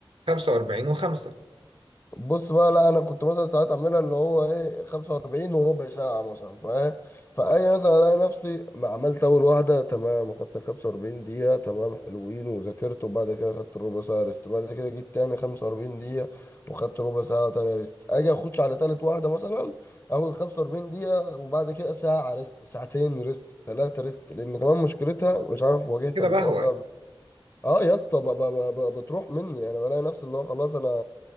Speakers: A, on the right; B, on the left.
A: 45 و5
B: بص بقى لا انا كنت مثلا ساعات اعملها اللي هو ايه 45 وربع ساعه مثلا فاهم فاي مثلا الاقي نفسي ما عملت اول واحده تمام اخدت 45 دقيقه تمام حلوين وذاكرت وبعد كده اخدت ربع ساعه ريست بعد كده جيت تاني 45 دقيقه واخدت ربع ساعه تاني ريست اجي اخش على تالت واحده مثلا اخد 45 دقيقه وبعد كده ساعه ريست ساعتين ريست ثلاثه ريست لان كمان مشكلتها مش عارف واجهت
A: كده
B: الحوار
A: بقى هو
B: ده اه يا اسطى ب- ب- ب- بتروح مني انا بلاقي نفسي اللي هو خلاص انا